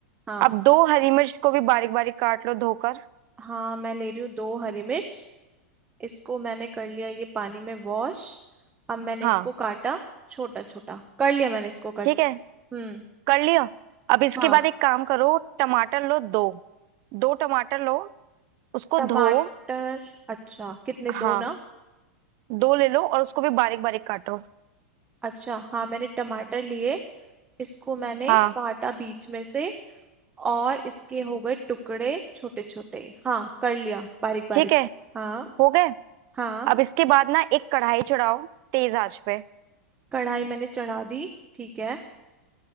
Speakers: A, on the right; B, on the right.
A: हाँ
B: अब दो हरी मिर्च को भी बारीक बारीक काट लो धोकर
A: हाँ मैं ले रही हूँ दो हरी मिर्च इसको मैंने कर लिया ये पानी में वॉश अब मैंने
B: हाँ
A: इसको काटा छोटा छोटा कर लिया मैंने इसको कट
B: ठीक है
A: हम्म
B: कर लिया अब इसके
A: हाँ
B: बाद एक काम करो टमाटर लो दो दो टमाटर लो उसको
A: टमाटर
B: धो
A: अच्छा कितने
B: हाँ
A: दो ना
B: दो ले लो और उसको भी बारीक बारीक काटो
A: अच्छा हाँ मैंने टमाटर लिए इसको मैंने
B: हाँ
A: काटा बीच में से और इसके हो गए टुकड़े छोटे छोटे हाँ कर लिया बारीक बारीक
B: ठीक है
A: हाँ
B: हो गए
A: हाँ
B: अब इसके बाद ना एक कढ़ाई चढ़ाओ तेज आंच पे
A: कढ़ाई मैंने चढ़ा दी ठीक है